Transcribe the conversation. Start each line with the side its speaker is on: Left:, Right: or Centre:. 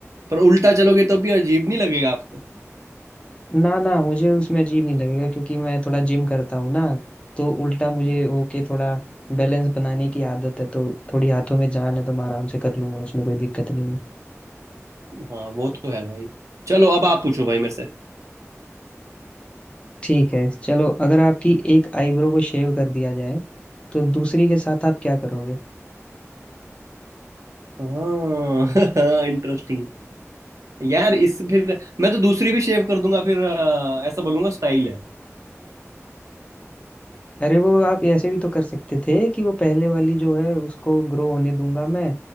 Right: पर उल्टा चलोगे तो भी अजीब नहीं लगेगा आपको
Left: ना ना मुझे उसमें अजीब नहीं लगेगा क्योंकि मैं थोड़ा जिम करता हूँ ना तो उल्टा मुझे वो के थोड़ा बैलेंस बनाने की आदत है तो थोड़ी हाथों में जान है तो मैं आराम से कर लूंगा उसमें कोई दिक्कत नहीं है
Right: हाँ वो तो है भाई चलो अब आप पूछो भाई मेरे से
Left: ठीक है चलो अगर आपकी एक आईब्रो को शेव कर दिया जाए तो दूसरी के साथ आप क्या करोगे
Right: हाँ <laughs> इंटरेस्टिंग यार इस फिर मैं तो दूसरी भी शेव कर दूंगा फिर अ, ऐसा बोलूंगा स्टाइल है
Left: अरे वो आप ऐसे भी तो कर सकते थे कि वो पहले वाली जो है उसको ग्रो होने दूंगा मैं